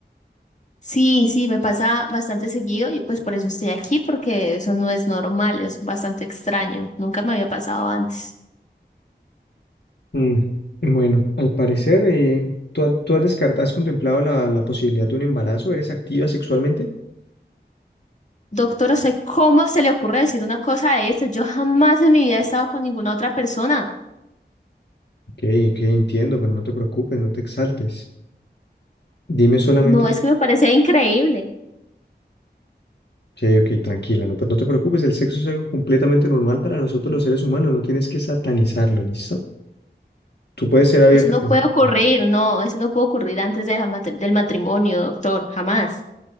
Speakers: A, on the left; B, on the left.
A: Sí, sí, me pasa bastante seguido y pues por eso estoy aquí, porque eso no es normal, es bastante extraño, nunca me había pasado antes.
B: Mm, Bueno, al parecer, eh, ¿tú, ha- tú has descartado, has contemplado la, la posibilidad de un embarazo? ¿Eres activa sexualmente?
A: Doctor, ¿usted cómo se le ocurre decir una cosa de esto? Yo jamás en mi vida he estado con ninguna otra persona.
B: Ok, ok, entiendo, pero no te preocupes, no te exaltes. Dime solamente...
A: No, es que me parece increíble.
B: Ok, ok, tranquila, no, pues no te preocupes, el sexo es algo completamente normal para nosotros los seres humanos, no tienes que satanizarlo, ¿listo? Tú puedes ser abierta
A: Eso no
B: con...
A: puede ocurrir, no, eso no puede ocurrir antes de la matri- del matrimonio, doctor, jamás.